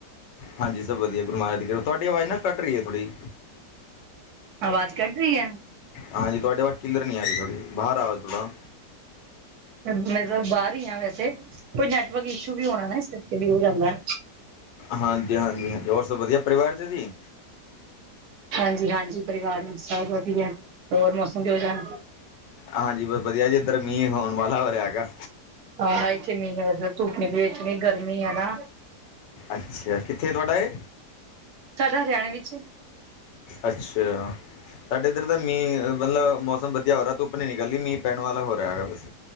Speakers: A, on the left; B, on the right.
A: ਹਾਂਜੀ, ਸਭ ਵਧੀਆ, ਗੁਰੂ ਮਹਾਰਾਜ ਦੀ ਕਿਰਪਾ, ਤੁਹਾਡੀ ਆਵਾਜ਼ ਨਾ ਕੱਟ ਰਹੀ ਏ ਥੋੜ੍ਹੀ।
B: ਆਵਾਜ਼ ਕੱਟ ਰਹੀ ਐ।
A: ਹਾਂਜੀ, ਤੁਹਾਡੇ ਵੱਲ ਕਿੱਲਰੀ ਆ, ਰਹੀ ਥੋੜੀ ਬਾਹਰ ਆ ਥੋੜਾ।
B: ਮਤਲਬ ਬਾਹਰ ਹੀ ਆ ਵੈਸੇ, ਕੋਈ ਨੈਟਵਰਕ ਇਸ਼ੂ ਵੀ ਹੋਣਾ ਨਾ ਇਸ ਕਰਕੇ ਵੀ ਹੋ ਜਾਂਦਾ।
A: ਹਾਂਜੀ-ਹਾਂਜੀ-ਹਾਂਜੀ, ਹੋਰ ਸਭ ਵਧੀਆ ਪਰਿਵਾਰ ਚ ਜੀ।
B: ਹਾਂਜੀ-ਹਾਂਜੀ, ਪਰਿਵਾਰ ਵਿੱਚ ਸਭ ਵਧੀਆ, ਹੋਰ ਮੌਸਮ ਕਿਹੋ ਜਿਹਾ।
A: ਹਾਂਜੀ, ਬਸ ਵਧੀਆ ਜੀ ਇੱਧਰ ਮੀਂਹ ਹੋਣ ਵਾਲਾ ਹੋ ਰਿਰਹਾ ਹੈਗਾ।
B: ਆਏ ਹਾਏ ਇਥੇ ਮੀਂਹ ਨੀ, ਮਤਲਬ ਧੁੱਪ ਇਨੀ ਇਤਨੀ ਗਰਮੀ ਐ ਨਾ।
A: ਅੱਛਾ ਕਿੱਥੇ ਤੁਹਾਡਾ ਇਹ
B: ਸਾਡਾ ਹਰਿਆਣੇ ਵਿੱਚ
A: ਅੱਛਾ ਸਾਡੇ ਇੱਧਰ ਤਾਂ ਮੀਂਹ ਮਤਲਬ ਮੌਸਮ ਵਧੀਆ ਹੋ ਰਿਹਾ ਧੁੱਪ ਨੀ ਨਿਕਲਦੀ ਮੀਂਹ ਪੈਣ ਵਾਲਾ ਹੋ ਰਿਹਾ ਹੈਗਾ ਬਸ